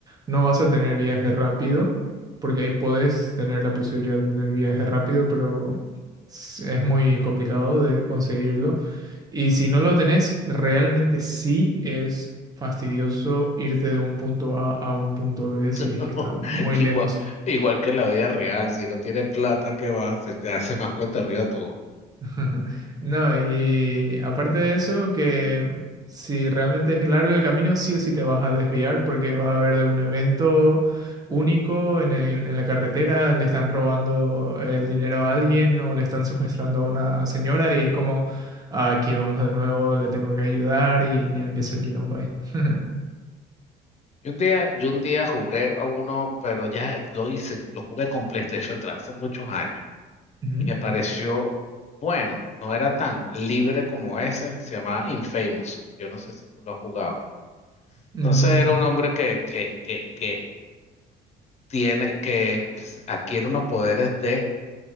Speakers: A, on the right; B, on the left.
A: no vas a tener viaje rápido, porque ahí podés tener la posibilidad de tener viaje rápido, pero s- es muy complicado de conseguirlo. Y si no lo tenés, realmente sí es fastidioso irte de un punto A a un punto B si
B: <laughs>
A: es que está muy lejos.
B: Igual, igual que en la vida real. Si no tienes plata, qué va? Se te hace más cuesta arriba todo.
A: <laughs> No, y aparte de eso, que si realmente es largo el camino, sí o sí te vas a desviar porque va a haber algún evento único en el- en la carretera, le están robando el dinero a alguien o le están secuestrando a una señora y es como, "Ah, aquí vamos de nuevo, le tengo que ayudar y ya empieza el quilombo ahí. <laughs>
B: Yo un día, yo un día jugué a uno, pero ya lo hice, lo jugué con PlayStation 3 hace muchos años
A: Ujú.
B: y me pareció bueno, no era tan libre como ese, se llamaba Infamous. Yo no sé si tú lo has jugado. Entonces
A: Mm,
B: era un hombre que, que, que, que tiene, que s- adquiere unos poderes de,